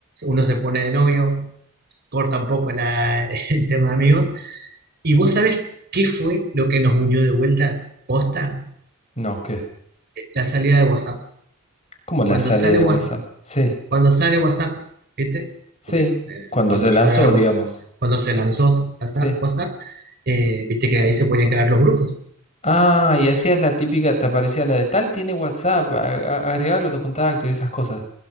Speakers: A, on the right (about 45°); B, on the left (about 30°).
A: Uno se pone de novio, corta un poco la, <laughs> el tema de amigos. ¿Y vos sabés qué fue lo que nos unió de vuelta? Posta,
B: No, ¿qué?
A: la salida de WhatsApp.
B: ¿Cómo la
A: Cuando
B: salida
A: sale,
B: de WhatsApp? Sí,
A: Cuando sale WhatsApp, ¿viste?
B: sí.
A: Porque eh,
B: Cuando
A: cuando
B: se lanzó,
A: ya éramos-
B: digamos.
A: cuando se lanzó WhatsApp,
B: Sí.
A: WhatsApp, eh, viste que ahí se podían crear los grupos.
B: Ah, y hacías la típica, te aparecía la de tal tiene WhatsApp, a- a- agregarlo a tus contactos y esas cosas.